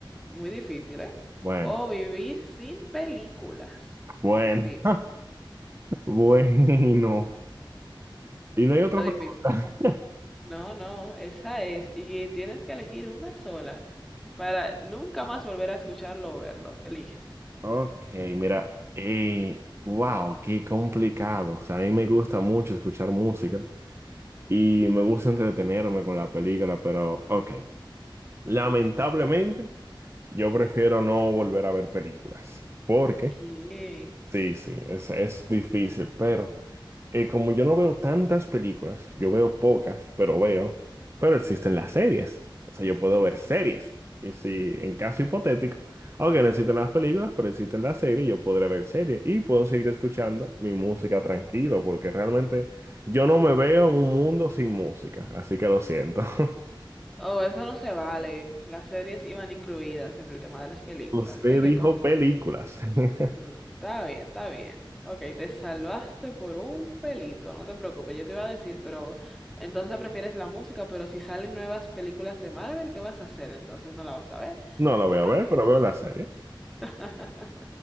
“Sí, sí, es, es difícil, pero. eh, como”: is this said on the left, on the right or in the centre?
Right